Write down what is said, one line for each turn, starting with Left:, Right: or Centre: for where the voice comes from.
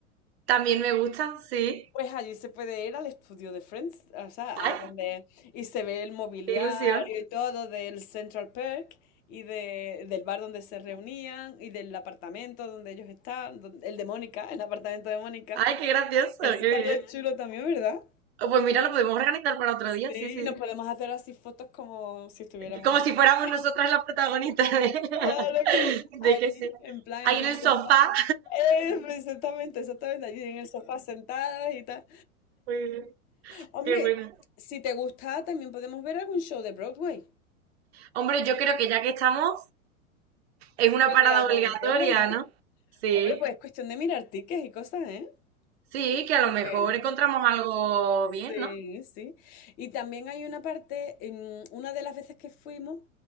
Right: También me gustan, sí.
Left: Pues allí se puede ir al estudio de Friends, o sea,
Right: ¡Ay,
Left: a donde y se ve el mobiliario
Right: qué ilusión!
Left: y todo del Central Park y de- del bar donde se reunían y del apartamento donde ellos están, don- el de Mónica, el apartamento de Mónica.
Right: ¡Ay, qué gracioso!
Left: Eso
Right: ¡Qué
Left: estaría
Right: bien!
Left: chulo también, ¿verdad?
Right: Oh, Pues mira, lo podemos organizar para otro
Left: Sí,
Right: día, sí, sí,
Left: y nos
Right: sí.
Left: podemos hacer así fotos como si estuviéramos
Right: Como
Left: allí.
Right: si fuéramos
Left: <laughs>
Right: nosotras las protagonistas de, <laughs>
Left: Claro, claro.
Right: de
Left: Allí,
Right: que sí.
Left: en plan,
Right: Ahí
Left: en
Right: en
Left: el
Right: el
Left: sofá.
Right: sofá.
Left: Eh, exactamente, exactamente, allí en el sofá sentadas y tal.
Right: Muy bien,
Left: Hombre,
Right: Qué bueno.
Left: si te gusta, también podemos ver algún show de Broadway.
Right: Hombre, yo creo que ya que estamos, es una
Left: Podríamos
Right: parada obligatoria,
Left: hacerlo, ¿no?
Right: ¿no? Sí,
Left: Hombre, pues es cuestión de mirar tickets y cosas, ¿eh?
Right: sí, que a
Left: Porque
Right: lo mejor encontramos algo
Left: sí,
Right: bien, ¿no?
Left: sí. Y también hay una parte, em, una de las veces que fuimos,